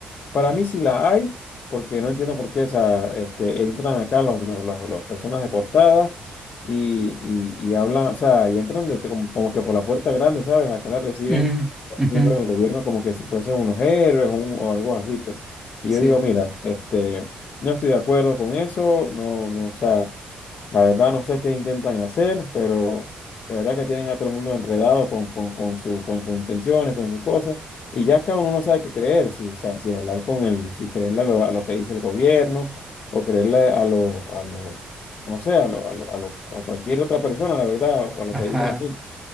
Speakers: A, on the left; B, in the centre.
A: Para mí sí la hay, porque no entiendo por qué o sea, este, entran acá los, los, los- las personas deportadas y, y, y hablan, o sea, y entran de- como, como que por la puerta grande, ¿sabes? Acá la reciben
B: mm, ujú,
A: miembros del gobierno como que si fuesen unos héroes un- o algo así, pues. Y
B: sí,
A: yo digo, mira, este, no estoy de acuerdo con eso, no, no, o sea... La verdad no sé qué intentan hacer, pero de verdad que tienen a todo el mundo enredado con, con, con, su- con sus intenciones, con sus cosas, y ya cada uno no sabe qué creer, si, o sea, si hablar con el, si creerle a lo, a lo que dice el gobierno, o creerle a los, a los, no sé, a lo, a lo- a lo- a cualquier otra persona, la verdad, o a lo
B: ajá.
A: que dice la gente.